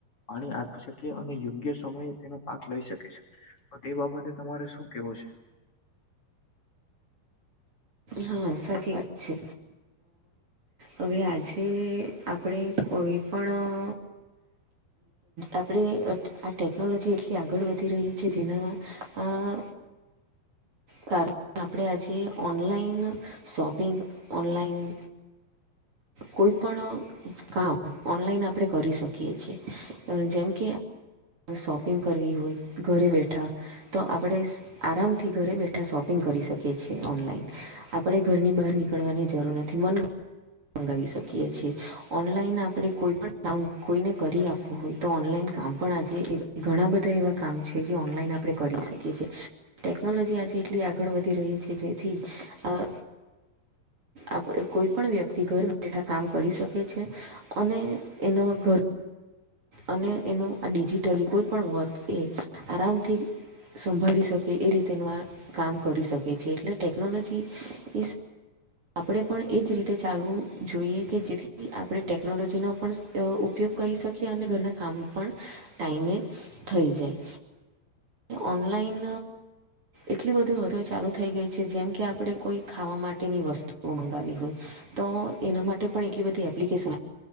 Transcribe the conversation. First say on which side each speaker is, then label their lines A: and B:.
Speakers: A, on the left (about 35°); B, on the right (about 35°).
A: પાણી આપી શકે અને યોગ્ય સમયે તેનો પાક લઈ શકે. તો તે બાબતે તમારે શું કેવું છે.
B: હા સાચી વાત છે અ હવે આજ તે આપણે કોઈ પણ આપે આક <inaudible> ટેકનોલોજી એટલી આગળ વધી રહી છે જેના આ કારણે આપણે આજે ઓનલાઈન શોપિંગ ઓનલાઈન કોઈ પણ કામ ઓનલાઈન આપણે કરી શકીએ છીએ જેમકે શોપિંગ કરવી હોય ઘરે બેઠા તો આપણે આરામથી ઘરે બેઠા શોપિંગ કરી શકીએ છીએ ઓનલાઈન આપડે ઘરની બહાર નીકળવાની જરૂર નથી મન મંગાવી શકીએ છેએ ઓનલાઈન આપણે કોઈ પણ કામ કોઈને કરી આપવું હોય તો ઓનલાઈન કામ પણ આજે ઘણા બધા એવા કામ છે જે ઓનલાઈન આપણે કરી શકીએ છીએ ટેકનોલોજી આજે એટલી આગળ વધી રહી છે જેથી આ આપ કોઈ પણ વ્યક્તિ ઘર બેઠા કામ કરી શકે છે અને એનો ઘર અને એનું આ ડિજિટલી કોઈ પણ વર્ક એ આરામથી સંભાળી શકે એ રીતેનું આ કામ કરી શકે છે એટલે ટેકનોલોજી એ આપણે પણ એજ રીતે ચાલવું જોઈએ કે જેથી આપણે ટેકનોલોજીનો પણ ઉપયોગ કરી શકીએ અને ઘરના કામ પણ ટાઈમેે થઈ જાય ઓનલાઈન એટલી બધું વધારે ચાલુ થઈ ગઈ છે જેમ કે આપણે કોઈ ખાવા માટેની વસ્તુઓ મંગાવી હોય તો એના માટે પણ એટલી બધી એપ્લિકેશન